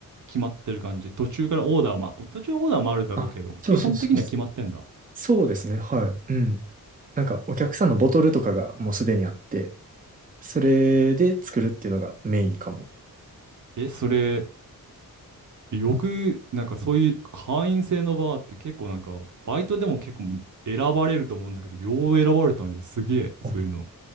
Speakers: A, on the right (about 55°); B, on the right (about 25°).
A: 決まってる感じ。途中からオーダーま、途中オーダーもあるだろうけど、
B: あ、そうそうそうそう。
A: 基本的には決まってんだ。
B: そうですね、はい。うん。なんかお客さんのボトルとかがもうすでにあって、それで作るっていうのがメインかも。
A: え、それ、よく、なんかそういう会員制のバーって結構なんか、バイトでも結構選ばれると思うんだけど、よう選ばれたね。すげえ、そういうの。
B: あ